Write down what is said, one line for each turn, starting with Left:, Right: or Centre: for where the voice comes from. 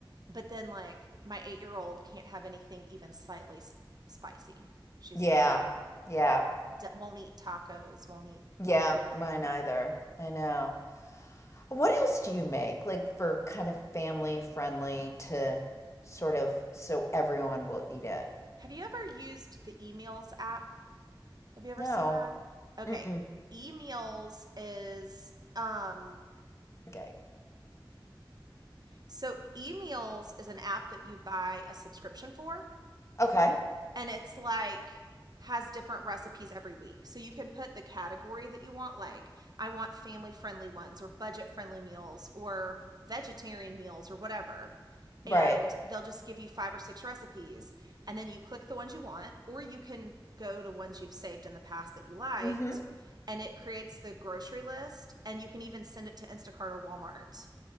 Right: but then like my eight year old can't have anything even slightly s- spicy. She's
Left: Yeah,
Right: like
Left: yeah,
Right: d- won't eat tacos, won't eat
Left: yeah,
Right: anything.
Left: mine either. I know. What else do you make, like for kind of family friendly to sort of so everyone will eat it?
Right: Have you ever used the emails app? Have you ever
Left: No.
Right: seen that? Okay.
Left: Mm-mm.
Right: E Meals is um
Left: Okay.
Right: so E Meals is an app that you buy a subscription for
Left: Okay.
Right: and it's like has different recipes every week. So you can put the category that you want like I want family friendly ones or budget friendly meals or vegetarian meals or whatever.
Left: Right.
Right: And they'll just give you five or six recipes and then you click the ones you want or you can go to ones you've saved in the past that you liked
Left: hmm
Right: and it creates the grocery list and you can even send it to Instacart or Walmart